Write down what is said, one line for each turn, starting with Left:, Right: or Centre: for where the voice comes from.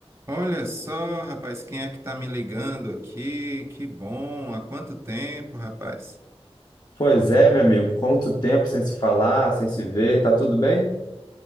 Right: Olha só, rapaz, quem é que tá me ligando aqui? Que bom, há quanto tempo, rapaz?
Left: Pois é, meu amigo, quanto tempo sem se falar, sem se ver, tá tudo bem?